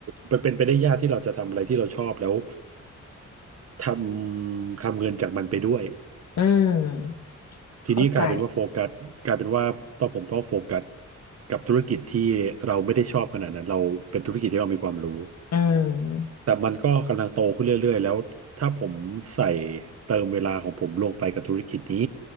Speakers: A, on the right (about 55°); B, on the left (about 65°).
A: เป็นเป็นไปได้ยากที่เราจะทำอะไรที่เราชอบแล้ว ทำทำเงินจากมันไปด้วย
B: อืม
A: ทีนี้กลายเป็นว่าโฟกัสกลายเป็นว่าต้องผมต้องโฟกัส
B: เข้าใจ
A: กับธุรกิจที่เราไม่ได้ชอบขนาดนั้นเราเป็นธุรกิจที่เรามีความรู้
B: อืม
A: แต่มันก็กำลังโตขึ้นเรื่อยๆแล้วถ้าผมใส่เติมเวลาของผมลงไปกับธุรกิจนี้